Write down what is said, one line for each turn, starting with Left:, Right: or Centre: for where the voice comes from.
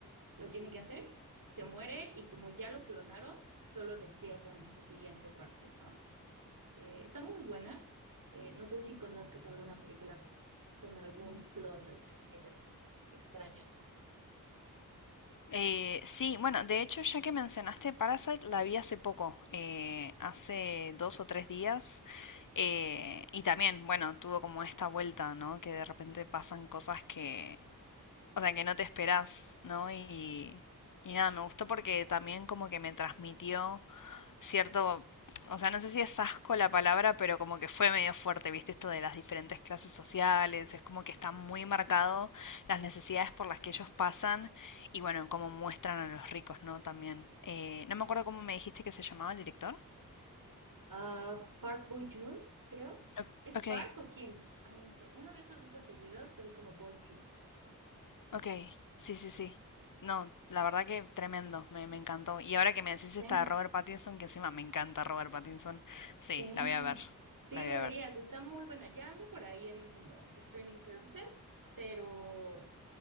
Right: lo tiene que hacer, se muere y como ya lo clonaron, solo despiertan a su siguiente parte, ¿no? Eh, está muy buena. Eh, no sé si conozcas alguna película con, con algún plot así, mira, extraño.
Left: Eh, sí, bueno, de hecho, ya que mencionaste Parasite, la vi hace poco, eh, hace dos o tres días, eh, y también, bueno, tuvo como esta vuelta, ¿no? Que de repente pasan cosas que, o sea, que no te esperás, ¿no? Y, y nada, me gustó porque también como que me transmitió cierto, o sea, no sé si es asco la palabra, pero como que fue medio fuerte, ¿viste? Esto de las diferentes clases sociales, es como que está muy marcado las necesidades por las que ellos pasan y bueno, cómo muestran a los ricos, ¿no? También. Eh, no me acuerdo cómo me dijiste que se llamaba el director.
Right: Ah, Park Bo-joon, creo.
Left: O-
Right: ¿Es Park
Left: Ok,
Right: o Kim? Ay, no sé. Uno de esos dos apellidos, pero es como Bo-joon.
Left: ok, sí, sí, sí. No, la verdad que tremendo, me, me encantó. Y ahora que me decís
Right: Sí.
Left: esta de Robert Pattinson, que encima me encanta Robert Pattinson,
Right: Sí,
Left: sí, la voy a ver,
Right: sí,
Left: la
Right: deberías.
Left: voy a ver.
Right: Está muy buena. Ya anda por ahí en como streaming services, pero